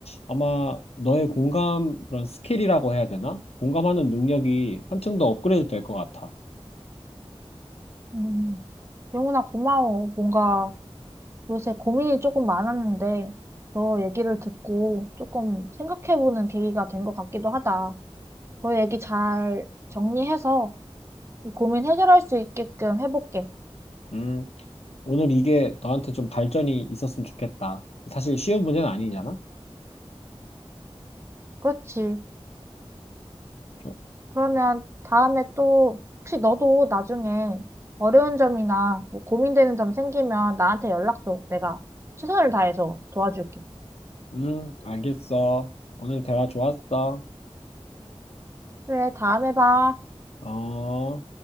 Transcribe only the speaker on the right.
음, 영훈아, 고마워. 뭔가 요새 고민이 조금 많았는데, 너 얘기를 듣고 조금 생각해보는 계기가 된 것 같기도 하다. 너 얘기 잘 정리해서 이 고민 해결할 수 있게끔 해볼게.
그렇지.
그러면 다음에 또, 혹시 너도 나중에 어려운 점이나 뭐 고민되는 점 생기면 나한테 연락 줘. 내가 최선을 다해서 도와줄게.
그래, 다음에 봐.